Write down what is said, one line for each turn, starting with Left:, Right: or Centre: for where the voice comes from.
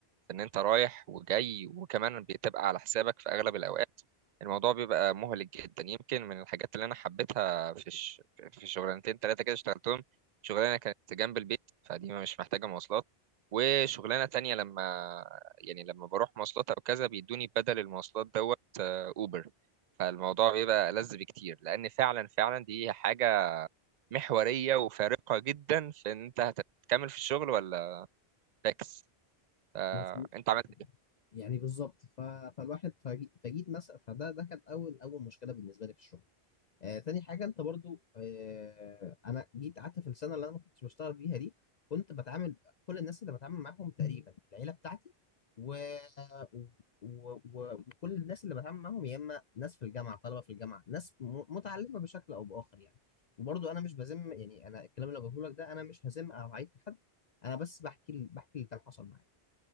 Right: ان انت رايح وجاي وكمان بتبقى على حسابك في اغلب الاوقات الموضوع بيبقى مهلك جدا يمكن من الحاجات اللي انا حبيتها في ش... في شغلانتين ثلاثه كده اشتغلتهم شغلانه كانت جنب البيت فدي مش محتاجه مواصلات وشغلانه تانية لما يعني لما بروح مواصلات او كذا بيدوني بدل المواصلات دوت آه، اوبر فالموضوع بيبقى ألذ بكتير لان فعلا فعلا دي حاجه محوريه وفارقه جدا في ان انت هتكمل في الشغل ولا فاكس آه،
Left: مظبوط
Right: انت عملت ايه
Left: يعني بالظبط ف... فالواحد فجي... فجيت مثلا فده ده كان أول أول مشكلة بالنسبة لي في الشغل آه تاني حاجة انت برضو آه انا جيت قعدت في السنة اللي انا ما كنتش بشتغل فيها دي كنت بتعامل كل الناس اللي بتعامل معاهم تقريبا العيلة بتاعتي و... و... و... وكل الناس اللي بتعامل معاهم يا اما ناس في الجامعة طلبة في الجامعة ناس م... متعلمة بشكل او بآخر يعني وبرضو انا مش بذم يعني انا الكلام اللي بقوله لك ده انا مش هذم او هعيب في حد انا بس بحكي ال- بحكي اللي كان حصل معايا